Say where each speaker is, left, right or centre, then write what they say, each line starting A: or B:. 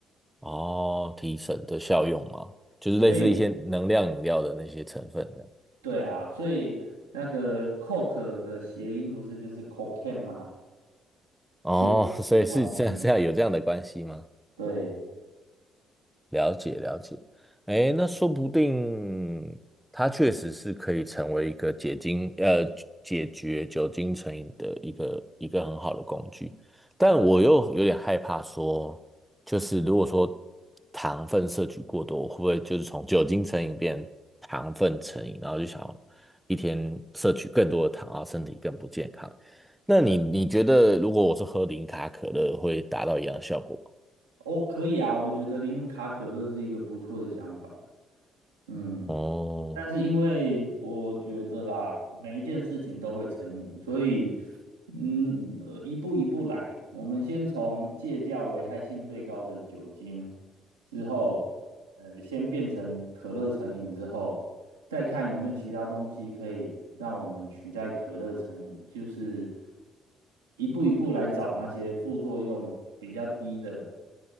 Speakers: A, in the centre; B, on the right (about 80°).
A: 哦，提神的效用吗？就是类似一些能量饮料的那些成分的。
B: 所以。对啊，所以那个 coke 的谐音不是就是 cocaine 吗？
A: 哦，
B: 是有这个关系。
A: 所以是这样，这样有这样的关系吗？
B: 对，
A: 了解了解，哎，那说不定它确实是可以成为一个解精呃解决酒精成瘾的一个一个很好的工具，但我又有点害怕说，就是如果说糖分摄取过多，会不会就是从酒精成瘾变糖分成瘾，然后就想要一天摄取更多的糖，啊，身体更不健康？那你你觉得如果我是喝零卡可乐，会达到一样的效果吗
B: 哦，可以啊，我觉得零卡可乐是一个不错的想法。嗯。
A: 哦。
B: 但是因为我觉得啦，每一件事情都会成瘾，所以，嗯，呃一步一步来。我们先从戒掉危害性最高的酒精，之后，呃，先变成可乐成瘾之后，再看有没有其他东西可以让我们取代可乐成瘾，就是一步一步来找那些副作用比较低的